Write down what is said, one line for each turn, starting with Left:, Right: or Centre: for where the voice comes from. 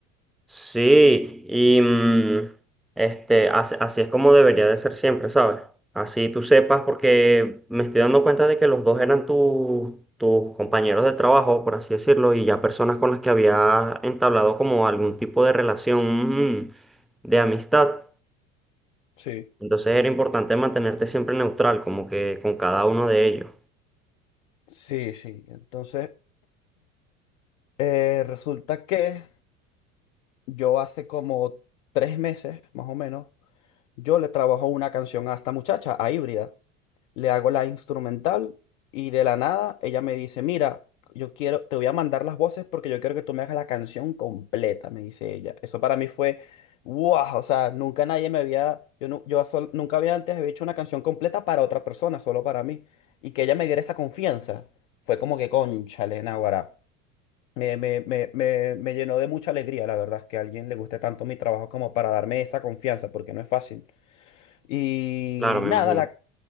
Centre: Sí, y mm, este, así, así es como debería de ser siempre, ¿sabes? Así tú sepas, porque me estoy dando cuenta de que los dos eran tu- tus compañeros de trabajo, por así decirlo, y ya personas con las que había entablado como algún tipo de relación mm, de amistad.
Left: Sí.
Centre: Entonces era importante mantenerte siempre neutral, como que con cada uno de ellos.
Left: Sí, sí. Entonces, eh, resulta que yo hace como tres meses, más o menos, yo le trabajo una canción a esta muchacha, a Híbrida. Le hago la instrumental y de la nada ella me dice, mira, yo quiero, te voy a mandar las voces porque yo quiero que tú me hagas la canción completa, me dice ella. Eso para mí fue, wow, o sea, nunca nadie me había, yo, nu- yo sol- nunca había antes había hecho una canción completa para otra persona, solo para mí. Y que ella me diera esa confianza, fue como que cónchale, náguara. Me, me, me, me, me llenó de mucha alegría, la verdad, que a alguien le guste tanto mi trabajo como para darme esa confianza, porque no es fácil. Y
Centre: Claro, me
Left: nada,
Centre: imagino.
Left: la...